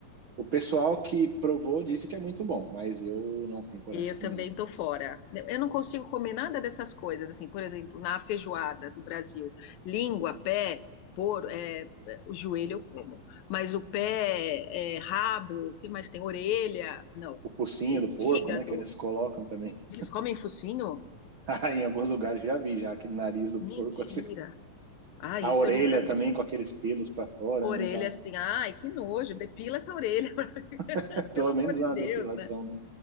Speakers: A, on the right (about 60°); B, on the left (about 80°).
A: O pessoal que provou disse que é muito bom, mas eu não tenho coragem
B: Eu
A: também,
B: também
A: não.
B: tô fora. Eu não consigo comer nada dessas coisas, assim, por exemplo, na feijoada do Brasil, língua, pé, por, é, o joelho eu como, mas o pé, é, rabo, o que mais tem? Orelha, não,
A: O focinho
B: É,
A: do porco,
B: fígado.
A: né, que eles colocam também. <laughs>
B: Eles comem focinho?
A: Ah, Em alguns lugares já vi, já aquele nariz do porco,
B: Mentira.
A: assim.
B: Ah,
A: A
B: isso
A: orelha
B: eu nunca vi.
A: também com aqueles pelos para fora,
B: Orelha
A: né? Aquela...
B: assim, ai, que nojo, depila essa orelha, <laughs>
A: <laughs>
B: pelo
A: Pelo
B: amor
A: menos
B: de
A: uma
B: Deus,
A: depilação,
B: né?
A: né?